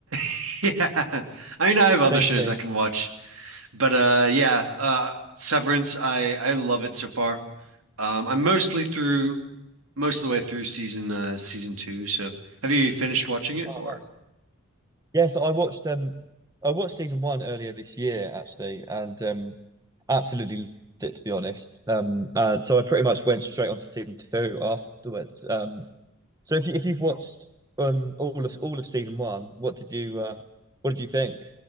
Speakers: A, on the right; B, on the right.
A: <laughs> yeah. I mean I have
B: Same
A: other shows
B: for me.
A: I can watch. But uh yeah, uh Severance I I love it so far. Um I'm mostly through most of the way through season uh season two. So have you finished watching it
B: Oh,
A: or
B: nice. Yeah, so I watched um I watched season one earlier this year actually, and um absolutely loved it to be honest. Um, and so I pretty much went straight on to season two afterwards. Um, So if you, if you've watched um all of all of season one, what did you uh, what did you think?